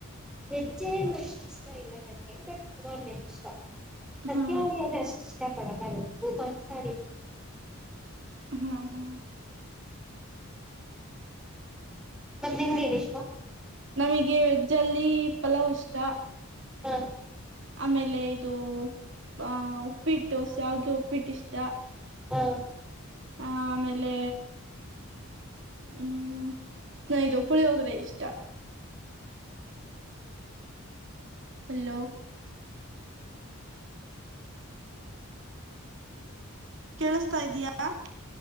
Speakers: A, in the centre; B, on the right (about 55°).
A: ವೆಜ್ಜ ಏನ್ ಅಷ್ಟು ಇಷ್ಟ ಇಲ್ಲ ನನ್ಗೆ ಬಟ್ ನಾನ್ ವೆಜ್ ಇ ಸಸ್ಯ
B: ಹಾ
A: ಅಷ್ಟ ಪಡಲ್ಲ ಮಾಂಸಾರಿ
B: ಹ್ಮ ಹಾ
A: ಮತ್ತತ್ ನಿಮ್್ದೇನಷ್ಟು
B: ನಮಗೆ ವೆಜ್ ಅಲ್ಲಿ ಪಲಾವ್ ಇಷ್ಟ
A: ಹಾ
B: ಆಮೇಲೆ ಇದು ಆ ಉಪ್ಪಿಟ್ಟು ಸಾವ್ಿಗೆ ಉಪ್ಪಿಟ್ಟು ಇಷ್ಟ
A: ಹಾ
B: ಆ ಆಮೇಲೆ ಇನ್ನೇನು ಇಪ್ಪುಳಿ ಹೋಗ್ರೆ ಇಷ್ಟ ಹಲೋ ಕೇಳಿಸತಾ ಇದಯಾ